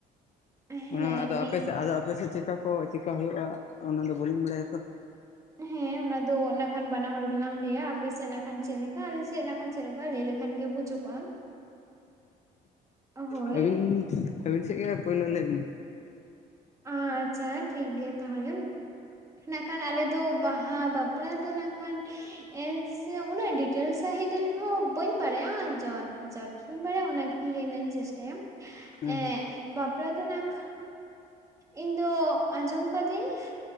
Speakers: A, on the right; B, on the left.
A: ᱦᱮᱸ
B: ᱚᱱᱟ ᱢᱟ ᱟᱫᱚ
A: ᱫᱤ
B: ᱟᱯᱮ ᱥᱮᱫ ᱟᱫᱚ ᱟᱯᱮ ᱥᱮᱫ ᱪᱮᱠᱟ ᱠᱚ ᱪᱮᱠᱟ ᱦᱩᱭᱩᱜᱼᱟ ᱚᱱᱟᱫᱚ ᱵᱟᱹᱞᱤᱧ ᱵᱟᱲᱟᱭᱟ ᱛᱚ
A: ᱦᱮᱸ ᱚᱱᱟ ᱫᱚ ᱚᱱᱟ ᱠᱷᱟᱱ ᱵᱟᱱᱟ ᱦᱚᱲ ᱜᱮᱞᱟᱝ ᱞᱟᱹᱭᱟ ᱟᱯᱮᱥᱮᱫ ᱱᱟᱠᱷᱟᱱ ᱪᱮᱫ ᱞᱮᱠᱟ ᱟᱞᱮᱥᱮᱫ ᱱᱟᱜ ᱪᱮᱫ ᱞᱮᱠᱟ ᱞᱟᱹᱭ ᱞᱮᱠᱷᱟᱱ ᱜᱮ ᱵᱩᱡᱩᱜᱚᱜᱼᱟ ᱦᱳᱭ
B: ᱟᱹᱵᱤᱱ ᱟᱹᱵᱤᱱ ᱥᱮᱫ ᱜᱮ ᱯᱳᱭᱞᱳ ᱞᱟᱹᱭ ᱵᱤᱱ
A: ᱟᱪᱪᱷᱟ ᱴᱷᱤᱠ ᱜᱮᱭᱟ ᱛᱟᱦᱚᱞᱮ᱾ ᱤᱠᱷᱟᱱ ᱟᱞᱮᱫᱚ ᱵᱟᱦᱟ ᱵᱟᱯᱞᱟ ᱫᱚ ᱱᱟᱠᱷᱟᱱ ᱥᱮ ᱩᱱᱟᱹᱜ ᱰᱤᱴᱮᱞᱥ ᱥᱟᱺᱦᱤᱡ ᱫᱚ ᱤᱧᱦᱚ ᱵᱟᱹᱧ ᱵᱟᱲᱟᱭᱟ ᱡᱟ ᱴᱩᱠᱩᱟᱹᱧ ᱵᱟᱲᱟᱭᱟ ᱚᱱᱟᱜᱮ ᱞᱟᱹᱭ ᱨᱮᱱᱟᱜ ᱤᱧ ᱪᱮᱥᱴᱟᱭᱟ᱾
B: ᱦᱩᱸ
A: ᱮᱸ
B: ᱦᱩᱸ
A: ᱵᱟᱯᱞᱟ ᱫᱚ ᱱᱟᱝ ᱠᱷᱟ ᱤᱧ ᱫᱚ ᱟᱸᱡᱚᱢ ᱠᱟᱹᱫᱟᱹᱧ